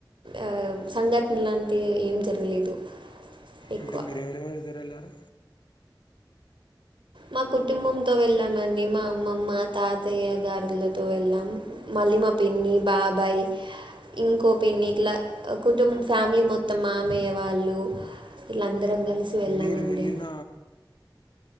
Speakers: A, on the right; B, on the left.
A: ఆ సంఘటన లాంటియి ఏం జరగలేదు ఎక్కువ
B: అంటే మీరు ఎవరెవరు ఇద్దరెళ్ళారు
A: మా కుటుంబంతో వెళ్ళామండి మా అమ్మమ్మ తాతయ్య గారులతో వెళ్ళాం మళ్ళీ మా పిన్ని బాబాయ్ ఇంకో పిన్ని ఇట్లా కుటుంబ ఫ్యామిలీ మొత్తం మామయ్య వాళ్ళు ఇలా అందరం కలిసి వెళ్ళామండి
B: మీరు వెళ్ళిన